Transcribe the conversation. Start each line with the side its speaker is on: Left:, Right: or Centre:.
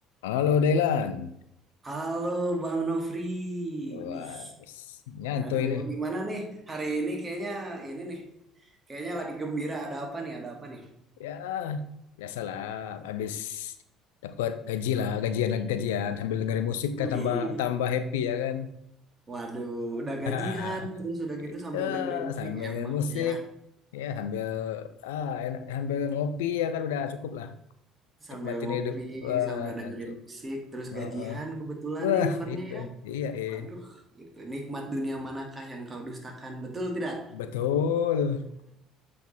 Left: Halo Dailan.
Right: Halo Bang Nofri,
Left: Wah,
Right: wih,
Left: is- nyantui
Right: aduh
Left: ini.
Right: gimana nih hari ini kayaknya ini nih, kayaknya lagi gembira ada apa nih, ada apa nih?
Left: Ya, biasalah. Habis dapat gaji lah, gajian lagi gajian. Sambil dengerin musik
Right: Wih,
Left: kan tambah tambah happy ya kan.
Right: waduh, udah
Left: <laughs>
Right: gajian terus udah gitu sambil
Left: Ya,
Right: dengerin musik
Left: sambil
Right: emang
Left: dengerin musik.
Right: sih ya,
Left: Ya, sambil ah enak, sambil ngopi ya kan udah cukup lah.
Right: sambil
Left: Nikmatin
Right: ngopi
Left: hidup. Wah,
Right: sambil dengerin
Left: itu.
Right: musik terus
Left: Heeh.
Right: gajian kebetulan
Left: Wah,
Right: ya eventnya
Left: itu.
Right: ya,
Left: Iya, eh
Right: waduh itu nikmat dunia manakah yang kau dustakan betul tidak?
Left: Betul.